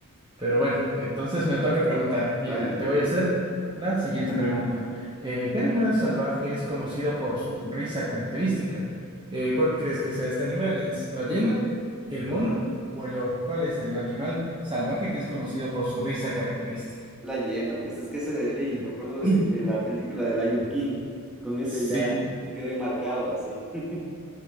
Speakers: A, on the right (about 20°); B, in the centre.
A: Pero
B: <laughs>
A: bueno, entonces me toca preguntar. Mira,
B: Dale, de
A: te voy
B: una.
A: a hacer la siguiente pregunta. Eh, ¿qué animal salvaje es conocido por su risa característica? Eh, ¿cuál crees que sea este animal? ¿Es la hiena, el mono o el oro? ¿Cuál es el animal salvaje que es conocido por su risa característica?
B: La llena, pues es que ese de ley,
A: Dale.
B: me acuerdo de,
A: <clears throat>
B: de la película de Lion King, con ese
A: Sí,
B: ya quedé marcado así. <laughs>